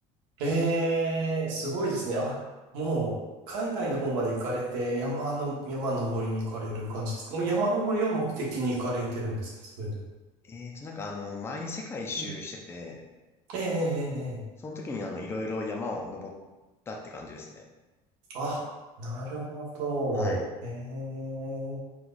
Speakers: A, on the right; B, on the left.
A: ええ、すごいですね。あ、もう、海外の方まで行かれて、山の、山登りに行かれる感じですかもう山登りを目的に行かれてるんですかそういうの。
B: えっと、なんかあの、前に世界一周してて、
A: えええ、ええ、ええ
B: その時にあの、いろいろ山を登ったって感じですね。
A: あ、なるほど。
B: はい。
A: ええ。